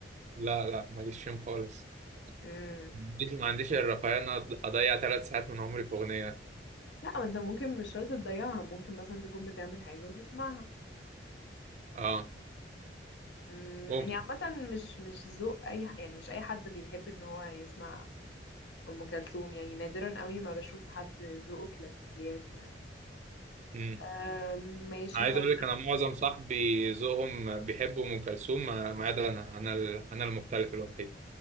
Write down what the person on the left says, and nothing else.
إمم،
لأ ما أنت ممكن مش شرط تضيّعها، ممكن مثلًا تكون بتعمل حاجة وتسمعها.
إمم،
هي عامةً مش مش ذوق أي ح يعني مش أي حد بيحب إن هو يسمع ام كلثوم يعني نادرا قوي ما بشوف حد ذوقه كلاسيكيات يعني
أم، ماشي
طب